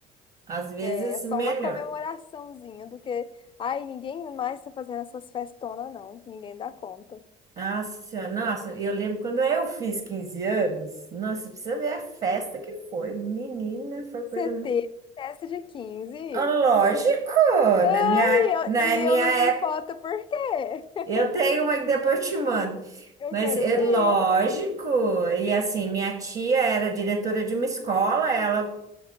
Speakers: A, on the right; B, on the left.
A: às vezes
B: É, é só
A: melhor.
B: uma comemoraçãozinha do que. Ai, ninguém mais tá fazendo essas festonas, não. Ninguém dá conta.
A: Nossa, Senhora, nossa, eu lembro quando eu fiz 15 anos. Nossa, você precisa ver a festa que foi. Menina, foi
B: Você
A: coisa.
B: teve festa de quinze
A: Ah, Lógico,
B: Ai,
A: na minha,
B: eu-
A: na
B: e
A: minha
B: eu não vi
A: época.
B: foto, por quê? <laughs>
A: Eu tenho uma que depois eu te mando.
B: Eu
A: Mas
B: quero
A: é
B: ver.
A: lógico, e assim, minha tia era diretora de uma escola, ela